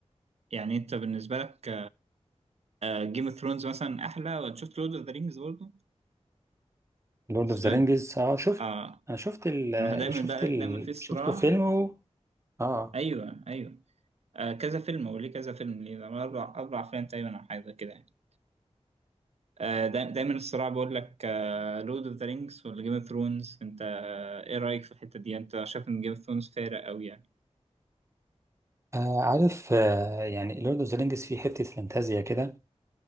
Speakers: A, on the right; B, on the right.
A: يعني انت بالنسبه لك جيم اوف ثرونز مثلا احلى ولا شفت لورد اوف ذا رينجز برضو؟
B: لورد
A: سؤال.
B: اوف ذا رينجز اه شفت
A: اه
B: انا شفت ال
A: ما هو دايما
B: شفت
A: بقى
B: ال
A: دايما في صراع
B: شفته فيلم و... اه
A: ايوه ايوه آه كذا فيلم هو ليه كذا فيلم ليه ده اربع اربع افلام تقريبا او حاجه كده يعني آه دا- دايما الصراع بيقول لك لورد اوف ذا رينجز ولا جيم اوف ثرونز انت آه، ايه رايك في الحته دي يعني انت شايف ان جيم اوف ثرونز فارق قوي يعني
B: آه، عارف آه يعني لورد اوف ذا رينجز فيه حتة فانتازيا كده